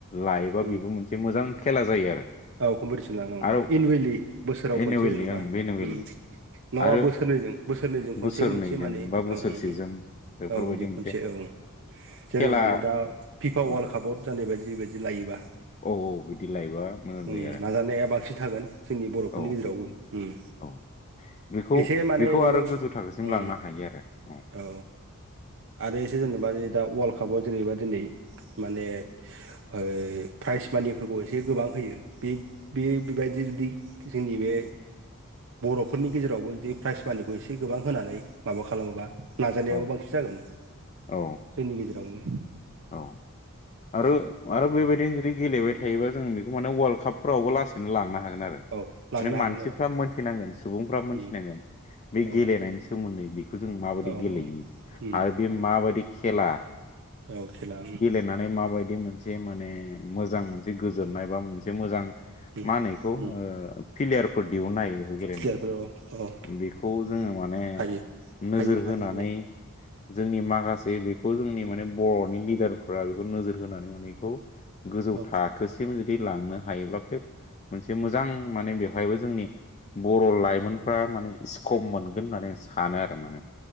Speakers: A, on the left (about 30°); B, on the right (about 60°).
A: लायोबा
B: उम
A: बेबो मोनसे मोजां खेला जायो आरो।
B: औ कम्पिटिसन लानां ओं
A: आरो
B: एनुवेलि बोसोराव
A: एनुवेलि
B: खनसे जेन'बा
A: ओं एनुवेलि
B: उम। नङाबा
A: आरो
B: बोसोरनैजों बोसोरनैजों खनसे
A: बोसोरनैजों
B: मोनसे मानि
A: बा बोसोरसेजों
B: औ औ उम
A: बेफोरबायदि
B: औ बिदि
A: मोनसे
B: खनसे औ। जेरै
A: खेला
B: माने दा फिफा
A: औ
B: वार्ल्ड कापआव जानाय बायदिबायदि लायोबा
A: औ औ बिदि लायोबा मोजां जायो
B: ओं
A: आरो
B: नाजानाया बांसिन थागोन जोंनि बर'फोरनि
A: औ
B: गेजेरावबो उम
A: औ बेखौ
B: एसे माने
A: बेखौ आरो गोजौ थाखोसिम
B: उम
A: लांनो हायो आरो औ।
B: औ आरो एसे जेनेबा दा वर्ल्ड कापआव जेनेबा दिनै माने है प्राइज मानिफोरखौ एसे गोबां होयो। बे बे बिबायदि बि जोंनि बे बर'फोरनि गेजेरावबो दि प्राइज मानिखौ एसे गोबां होनानै माबा खालामोबा नाजानायाबो
A: औ
B: बांसिन जागोन जोंनि
A: औ
B: गेजेरावनो।
A: औ आरो आरो
B: उम
A: बेबायदिनो जुदि गेलेबाय थायोबा जों बेखौ माने वर्ल्ड कापफोरावबो लासैनो लांनो हागोन आरो।
B: औ लांनो
A: माने
B: हागोन
A: मानसिफ्रा
B: औ
A: मोनथिनांगोन सुबुंफ्रा मोनथिनांगोन।
B: उम
A: बे
B: औ
A: गेलेनायनि सोमोन्दै बेखौ जों माबायदि
B: औ
A: गेलेयो
B: उम
A: आरो बे माबादि खेला
B: औ खेला ओम
A: नानै माबायदि मोनसे माने मोजां
B: उम उम
A: मोनसे गोजोननाय बा मोनसे मोजां
B: उम
A: मा होनो एखौ
B: उम
A: प्लियारफोर दिहुननो हायो बेखौ गेलेनानै
B: प्लेयारफोर औ औ
A: बेखौ जोङो माने
B: हायो
A: नोजोर
B: हायो हायो
A: होनानै
B: हायो
A: जोंनि माखासे बेखौ जोंनि माने बर'नि लिडारफ्रा बेखौ नोजोर होनानै माने बेखौ गोजौ
B: औ
A: थाखोसिम जुदि लांनो हायोब्ला फेफ मोनसे मोजां माने बेवहायबो जोंनि बर' लाइमोनफ्रा माने स्कप मोनगोन होननानै आ सानो आरो माने